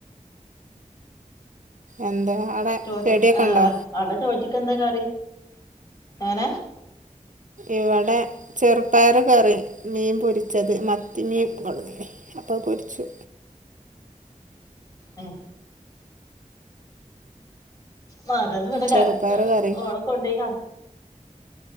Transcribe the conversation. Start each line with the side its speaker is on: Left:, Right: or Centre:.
Right: എന്താ അവിടെ
Left: ചോറ്റ്ക്ക്
Right: ചെടിയൊക്കെ
Left: ആ
Right: ഉണ്ടോ
Left: ആ അവിടെ ചോറ്റ്ക്കെന്താ കറി എങ്ങനെ
Right: ഇവിടെ ചെറുപയർ കറി മീൻ പൊരി ച്ചത് മത്തിമീൻ കൊണ്ടന്നീന് അപ്പോ അത് പൊരിച്ചു
Left: ഏ മകൾ ഇവിടെ
Right: ചെറുപ്പയർ
Left: കെടക്കാണ്
Right: കറി
Left: ഓളെ കൊണ്ടോയി കട്